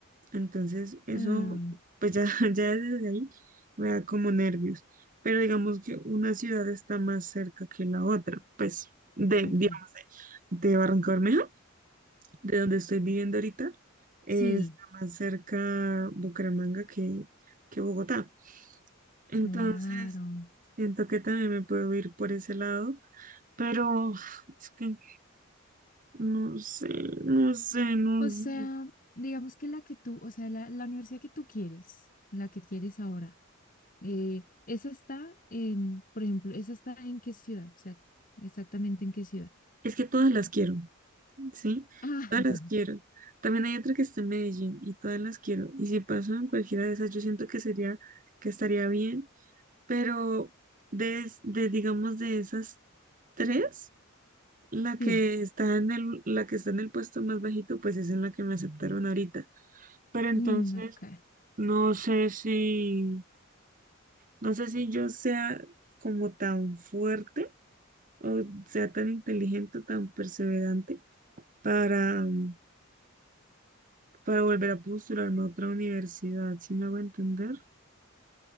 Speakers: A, on the right; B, on the left.
A: Entonces, eso,
B: Ah,
A: pues ya, <laughs> ya desde ahí me da como nervios. Pero digamos que una ciudad está más cerca que la otra. Pues de,
B: ok,
A: de, de Barranca Bermeja, de donde estoy viviendo ahorita, eh,
B: sí,
A: está más cerca Bucaramanga que, que Bogotá. Entonces,
B: claro.
A: siento que también me puedo ir por ese lado, pero... <sighs> es que No sé, no sé, no
B: O sea,
A: sé.
B: digamos que la que tú, o sea, la, la universidad que tú quieres, la que quieres ahora, eh, esa está en, por ejemplo, esa está en qué ciudad, o sea, exactamente en qué ciudad.
A: Es que todas las quiero, ¿sí?
B: Ah,
A: Todas las quiero. También hay otra que está en Medellín y todas las quiero. Y si paso en cualquiera de esas, yo siento que sería, que estaría bien. Pero de, es- de digamos, de esas tres, la que
B: <laughs> sí,
A: está en el, la que está en el puesto más bajito, pues es en la que me aceptaron ahorita. Pero entonces,
B: mm, ok,
A: no sé si, no sé si yo sea como tan fuerte o sea tan inteligente, tan perseverante para, mm, para volver a postularme a otra universidad, si me hago entender?